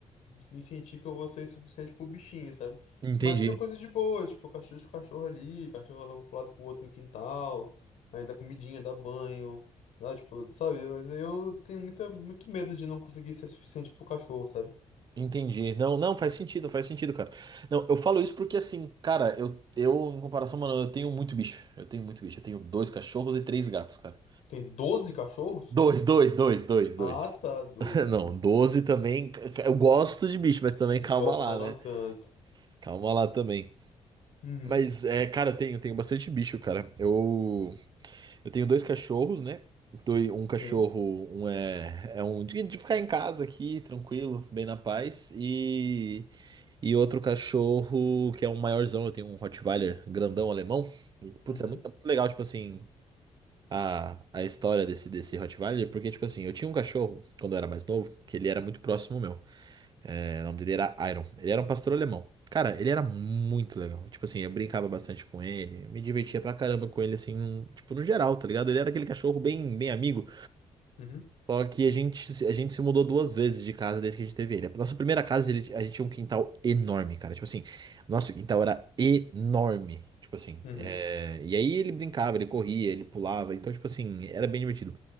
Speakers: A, on the left; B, on the right.
A: se- me sentir que eu vou ser insuficiente pro bichinho, sabe?
B: Entendi.
A: Mas seja coisa de boa, tipo, cachorro, deixa o cachorro ali, cachorro leva pro lado pro outro no quintal, aí dá comidinha, dá banho, dá, tipo, sabe? Mas aí eu tenho muita, muito medo de não conseguir ser suficiente pro cachorro, sabe?
B: Entendi. Não, não, faz sentido, faz sentido, cara. Não, eu falo isso porque assim, cara, eu, eu, em comparação, mano, eu tenho muito bicho. Eu tenho muito bicho. Eu tenho dois cachorros e três gatos, cara.
A: Tem doze cachorros?
B: Dois, dois, dois, dois, dois.
A: Ah, tá,
B: <laughs>
A: dois.
B: Não, 12 também. c- c- Eu gosto de bicho, mas também calma
A: Gosto,
B: lá,
A: mas não
B: né?
A: tanto.
B: Calma lá também.
A: Uhum,
B: Mas, é, cara, eu tenho, tenho bastante bicho, cara. Eu, eu tenho dois cachorros, né? Doi- Um cachorro,
A: sim.
B: um é, é um de, de ficar em casa aqui, tranquilo, bem na paz. E, e outro cachorro que é um maiorzão, eu tenho um Rottweiler grandão alemão. E, putz,
A: Uhum,
B: é muito, é muito legal, tipo assim, a, a história desse, desse Rottweiler, porque, tipo assim, eu tinha um cachorro quando eu era mais novo, que ele era muito próximo meu. É, o nome dele era Iron. Ele era um pastor alemão. Cara, ele era muito legal. Tipo assim, eu brincava bastante com ele, eu me divertia pra caramba com ele, assim, num- tipo, no geral, tá ligado? Ele era aquele cachorro bem, bem amigo.
A: uhum,
B: Só que a gente, a gente se mudou duas vezes de casa desde que a gente teve ele. A nossa primeira casa, ele- a gente tinha um quintal enorme, cara. Tipo assim, nosso quintal era enorme. Tipo assim,
A: uhum.
B: é, e aí ele brincava, ele corria, ele pulava. Então, tipo assim, era bem divertido.